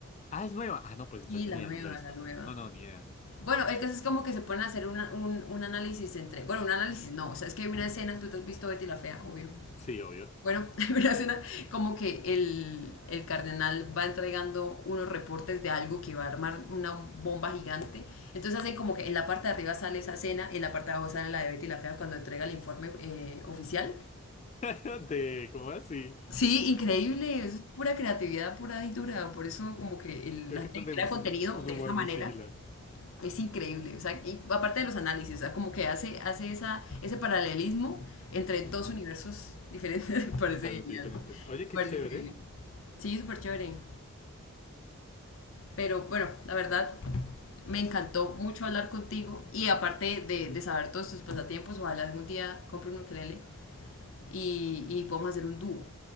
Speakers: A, on the left; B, on the left.
A: Ah, es nueva. Ah, no, pues entonces
B: Sí, la
A: ni idea,
B: nueva,
A: no me la he visto.
B: la nueva.
A: No, no, ni idea.
B: Bueno, el caso es como que se ponen a hacer una- un, un análisis entre. Bueno, un análisis no. O sea, es que hay una escena, tú te has visto Betty la Fea, obvio.
A: Sí, obvio.
B: Bueno, <laughs> hay una escena como que el, el cardenal va entregando unos reportes de algo que va a armar una bomba gigante. Entonces hacen como que en la parte de arriba sale esa escena, en la parte de abajo sale la de Betty la Fea cuando entrega el informe eh, oficial.
A: <laughs> De, ¿cómo así?
B: Sí, increíble, eso es pura creatividad pura y dura. Por eso como que el-
A: Creo
B: la
A: que
B: gente
A: tenemos
B: crea contenido
A: un, un
B: de
A: humor
B: esa manera.
A: muy similar.
B: es increíble, o sea, y aparte de los análisis, o sea, como que hace, hace esa, ese paralelismo entre
A: Ujú,
B: dos universos diferentes, <laughs> me parece
A: Totalmente
B: genial,
A: diferentes.
B: me
A: Oye, qué
B: parece
A: chévere.
B: increíble. Sí, súper chévere, pero bueno, la verdad, me encantó mucho hablar contigo y aparte de, de saber todos tus pasatiempos, ojalá algún día compre un ukelele y, y podamos hacer un dúo.